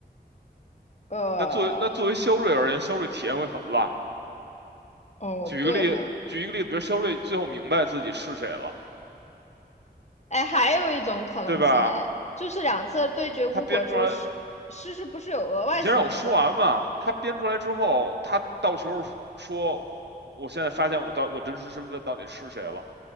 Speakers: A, on the left; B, on the right.
A: 呃，
B: 那作为那作为肖瑞而言，肖瑞体验会很烂。
A: 哦，
B: 举一个例，
A: 对哈，
B: 举一个例子，比如肖瑞最后明白自己是谁了，
A: 哎，还有一种可能性，
B: 对吧？
A: 哎，就是两次对决无果之后，
B: 他编出来。
A: 诗诗诗不是有额外行动点吗？
B: 你先让我说完嘛。他编出来之后，他到时候说，我现在发现我到我真实身份到底是谁了。